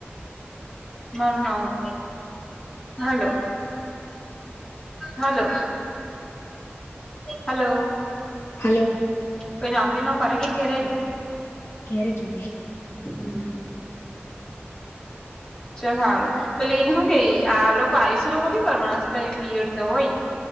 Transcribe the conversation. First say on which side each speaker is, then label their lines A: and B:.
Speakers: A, on the left; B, on the left.
A: મારો નાવુ હાલો. Hello hello.
B: હલો.
A: કોઈ નોકરી નો કરે કે ઘેરે?
B: ઘેરે જવડી.
A: હમ્મ. ચલ હારુ પહેલી ને હું કેય આ લો પાયુસી લોકો બી કરવાના બીયડ તો ઓય.